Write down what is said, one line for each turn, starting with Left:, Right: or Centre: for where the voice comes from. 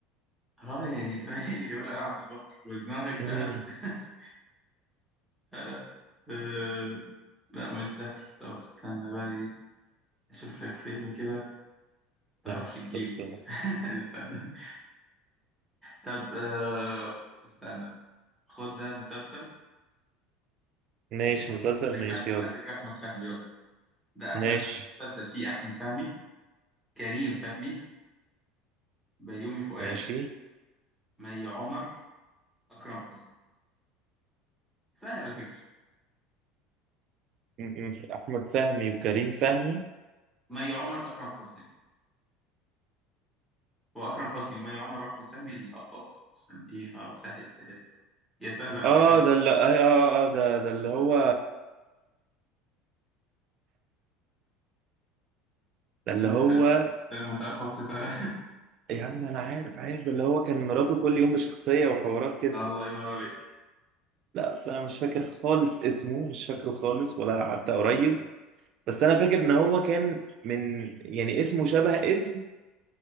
Centre: اه يعني فاهم <laughs> إيه اللي جاب القلعة عند البحر ودماغك بقى
Right: مم.
Centre: بت... <laughs> لا أه... لا مش سهل طب استنى بقى ايه اشوف لك فيلم كده متعرفش
Right: يعني بس
Centre: تجيبه
Right: بس
Centre: <laughs> استنى طب أه... استنى خد ده مسلسل
Right: ماشي
Centre: يعني
Right: مسلسل
Centre: ذكر
Right: ماشي
Centre: أح-
Right: يلا
Centre: على ذكر احمد فهمي بقى ده احمد
Right: ماشي
Centre: مسلسل فيه احمد فهمي كريم فهمي بيومي فؤاد
Right: ماشي
Centre: مي عمر اكرم حسني سهل على فكرة
Right: م- م- احمد فهمي وكريم فهمي
Centre: مي عمر اكرم حسني واكرم حسني ومي عمر واحمد فهمي الابطال عشان ايه اه سهلتها لك. هي سهلة على
Right: اه
Centre: فكرة
Right: ده اللي اه اه آه، ده ده اللي هو ده اللي
Centre: انت
Right: هو
Centre: انت لما تعرفها بتزعل <laughs>
Right: يا عم انا عارف عارف ده اللي هو كان مراته كل يوم بشخصية وحوارات كده
Centre: الله ينور عليك
Right: لا بس انا مش فاكر خالص اسمه مش فاكره خالص ولا حتى قريب بس انا فاكر ان هو كان من يعني اسمه شبه اسم